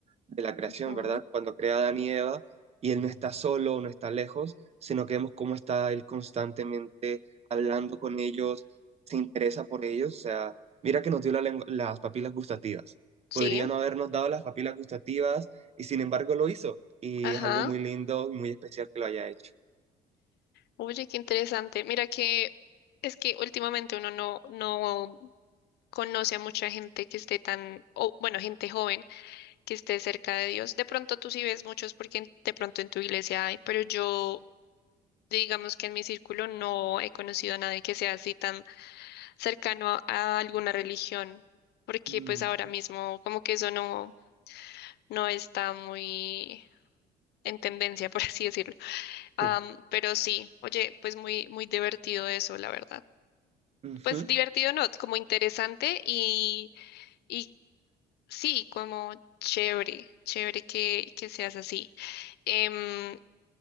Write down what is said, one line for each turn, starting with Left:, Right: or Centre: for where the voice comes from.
Right: de la creación,
Left: ujú,
Right: ¿verdad? Cuando crea a Adán y Eva, y él no está solo, no está lejos, sino que vemos cómo está él constantemente hablando con ellos, se interesa por ellos, o sea, mira que nos dio la lengu- las papilas gustativas.
Left: sí,
Right: Podría no habernos dado las papilas gustativas y sin embargo lo hizo. Y
Left: ajá.
Right: es algo muy lindo y muy especial que lo haya hecho.
Left: Oye, qué interesante. Mira que es que últimamente uno no, no conoce a mucha gente que esté tan, o bueno, gente joven que esté cerca de Dios. De pronto tú sí ves muchos porque en- de pronto en tu iglesia hay, pero yo Digamos que en mi círculo no he conocido a nadie que sea así tan cercano a alguna religión, porque
Right: Mm,
Left: pues ahora mismo como que eso no, no está muy en tendencia, <laughs> por así decirlo. Am,
Right: sí.
Left: pero sí, oye, pues muy, muy divertido eso, la verdad.
Right: Ujú.
Left: Pues divertido no, como interesante y, y sí, como chévere, chévere que, que seas así. Em,